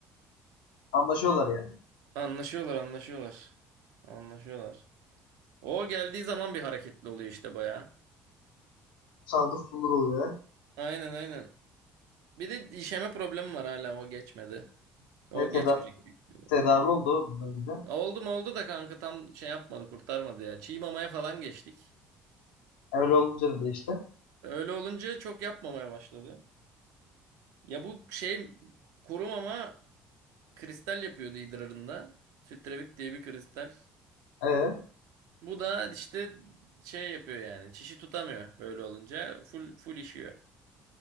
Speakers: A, on the left; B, on the right.
A: Anlaşıyorlar yani.
B: Anlaşıyorlar anlaşıyorlar. Anlaşıyorlar. O geldiği zaman bir hareketli oluyor işte bayağı.
A: Saldır sulur oluyor.
B: Aynen aynen. Bir de işeme problemi var hala o geçmedi. O
A: Ve teda
B: geçmeyecek büyük ihtimalle.
A: tedavi oldu bundan gibi.
B: Oldu mu oldu da kanka tam şey yapmadı kurtarmadı ya. Çiğ mamaya falan geçtik.
A: Öyle olunca da işte.
B: Öyle olunca çok yapmamaya başladı. Ya bu şey kurumama Kristal yapıyordu idrarında. Sütrevit diye bir kristal.
A: Ee,
B: Bu da işte şey yapıyor yani. Çişi tutamıyor böyle olunca. Full full işiyor.